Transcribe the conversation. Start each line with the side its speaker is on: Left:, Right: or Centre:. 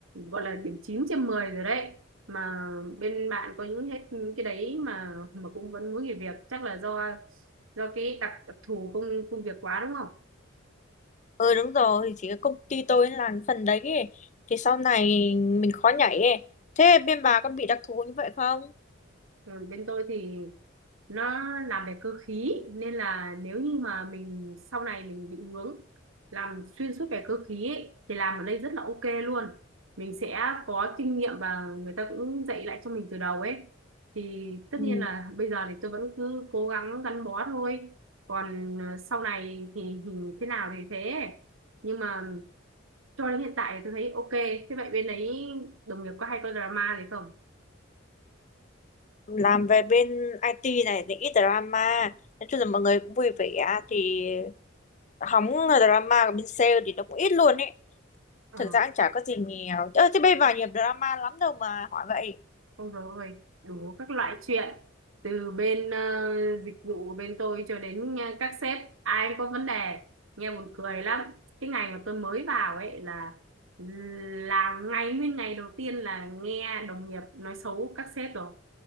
Right: gọi là điểm 9 trên 10 rồi đấy mà bên bạn có những hết những cái đấy mà mà cũng vẫn muốn nghỉ việc chắc là do do cái đặc, đặc thù công công việc quá đúng
Left: Ừ đúng rồi, chỉ có công ty tôi làm cái phần đấy ấy. Thì sau này mình khó nhảy ấy. Thế bên bà có bị đặc thù như vậy không?
Right: Ừ, bên tôi thì nó làm về cơ khí nên là nếu như mà mình sau này mình định hướng làm xuyên suốt về cơ khí ấy, thì làm ở đây rất là ok luôn mình sẽ có kinh nghiệm và người ta cũng dạy lại cho mình từ đầu ấy thì tất
Left: Ừ.
Right: nhiên là bây giờ thì tôi vẫn cứ cố gắng gắn bó thôi còn ờ, sau này thì, thì thế nào thì thế nhưng mà cho đến hiện tại thì tôi thấy ok thế vậy bên đấy đồng nghiệp có hay có drama gì không
Left: Làm về bên IT này thì ít drama. Nói chung là mọi người cũng vui vẻ. Thì hóng là drama của bên sale thì nó cũng ít luôn ấy.
Right: Ờ.
Left: Thực ra cũng chả có gì nhiều. Ơ thế bên bà nhiều drama lắm đâu mà hỏi vậy.
Right: Ôi dồi ôi, đủ các loại chuyện từ bên ờ, dịch vụ của bên tôi cho đến ờ, các sếp ai cũng có vấn đề nghe buồn cười lắm cái ngày mà tôi mới vào ấy là là ngày nguyên ngày đầu tiên là nghe đồng nghiệp nói xấu các sếp rồi